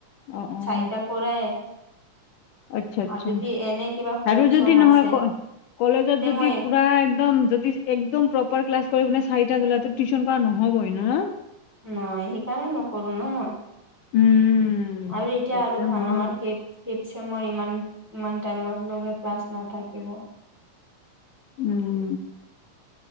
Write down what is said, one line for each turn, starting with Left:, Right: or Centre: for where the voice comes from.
Left: অ' অ'।
Centre: আইতাৰ পৰাই
Left: আচ্ছা আচ্ছা
Centre: আৰু যদি এনে কিবা ফম
Left: আৰু যদি
Centre: চম
Left: নহয়
Centre: আছে
Left: ক কলেজত
Centre: তে
Left: যদি
Centre: মই
Left: পুৰা একদম যদি একদম প্ৰপাৰ ক্লাছ কৰি পিনে চাৰিটা উলাওতে টিউচন কৰা নহবই না
Centre: নহয় সেইকাৰণে নকৰো ন মই
Left: উম
Centre: আৰু এতিয়া
Left: প্ৰব্লেম
Centre: আৰু ভাল
Left: হয়
Centre: <unintelligible> ফিফ তেমন মোৰ ইমান ইমান টাইমৰ লগে ক্লাছ নাথাকিব
Left: উম